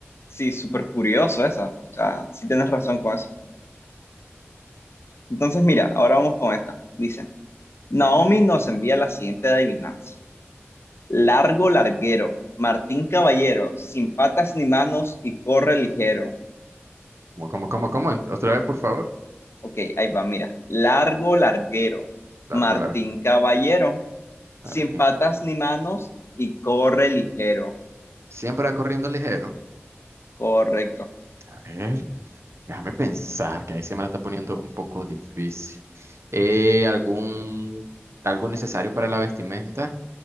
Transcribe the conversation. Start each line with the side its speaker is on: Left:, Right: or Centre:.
Left: sí, súper curioso eso. O sea, sí tienes razón con eso. Entonces, mira, ahora vamos con esta. Dice, Naomi nos envía la siguiente adivinanza. Largo larguero, Martín Caballero, sin patas ni manos y corre ligero.
Right: ¿Cómo, cómo, cómo, cómo? Ent- Otra vez, por favor.
Left: Ok, ahí va, mira. Largo larguero,
Right: Largo,
Left: Martín
Right: largo.
Left: Caballero
Right: largo.
Left: sin patas ni manos y corre ligero.
Right: Siempre va corriendo ligero.
Left: Correcto.
Right: A ver, déjame pensar, que ahí se me la está poniendo un poco difícil. Eh, ¿algún, algo necesario para la vestimenta?